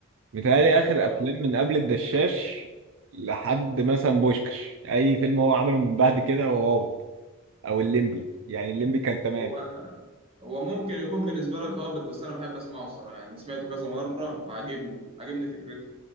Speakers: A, on the right (about 60°); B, on the right (about 25°).
A: متهيألي اخر
B: أه
A: افلام من قبل الدشاش لحد مثلا بوشكش اي فيلم هو عمله من بعد كده هو هابط او الليمبي يعني الليمبي كان تمام
B: هو هو ممكن يكون بالنسبة لك هابط بس أنا بحب أسمعه الصراحة يعني سمعته كذا مرة وعاجبني عاجبني فكرته